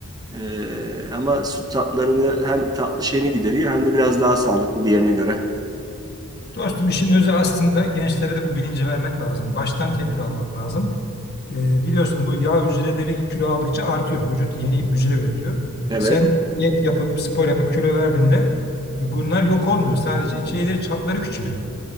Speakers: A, on the right (about 20°); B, on the left (about 45°).
A: Ee, ama süt tatlarını hem tatlı şeyini gideriyor hem de biraz daha sağlıklı diğerine göre.
B: Dostum işin özü aslında gençlere de bu bilinci vermek lazım. Baştan tedbir almak lazım. E, biliyorsun bu yağ hücreleri kilo aldıkça artıyor. Vücut yeni hücre üretiyor.
A: Evet
B: Sen diyet yapıp spor yapıp kilo verdiğinde bunlar yok olmuyor. Sadece şeyleri çapları küçülüyor.